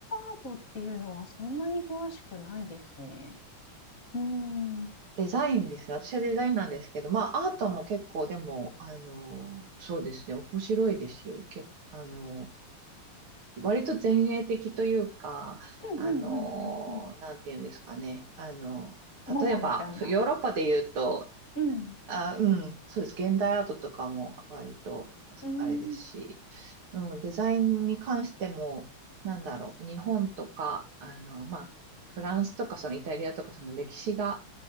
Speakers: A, on the left; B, on the right.
A: アートっていうのはそんなに詳しくないですね。うーん。うん
B: デザインですね。私はデザインなんですけど、まあ、アートも結構、でも、あの、そうですね、面白いですよ。け、あの、割と前衛的というか、
A: うんうんうんうん。
B: あの、なんていうんですかね。あの、
A: ママみたいな。
B: 例えば、ヨーロッパで言うと、
A: うん。う
B: あ、うん、そうです。現代アートとかも割と、
A: ーん。
B: あれですし、うん、デザインに関しても、なんだろう、日本とか、あの、まあ、フランスとか、そのイタリアとか、その歴史が、